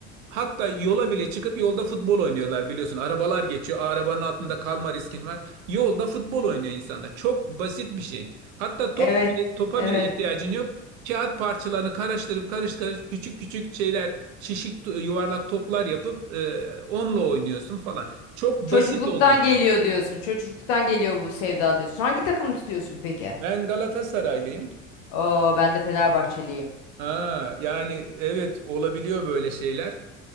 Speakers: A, on the right; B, on the left.
A: Hatta yola bile çıkıp yolda futbol oynuyorlar biliyorsun. Arabalar geçiyor. Arabanın altında kalma riskin var. Yolda futbol oynuyor insanlar. Çok basit bir şey. Hatta top
B: Evet,
A: bile, topa
B: evet.
A: bile ihtiyacın yok. Kağıt parçalarını karıştırıp karıştırıp küçük küçük şeyler, şişik yuvarlak toplar yapıp e, onunla oynuyorsun falan. Çok
B: Çocukluktan
A: basit olduğu için.
B: geliyor diyorsun. Çocukluktan geliyor bu sevda diyorsun. Hangi takımı tutuyorsun peki?
A: Ben Galatasaraylıyım.
B: Oo, ben de Fenerbahçeliyim.
A: Ha, yani evet olabiliyor böyle şeyler.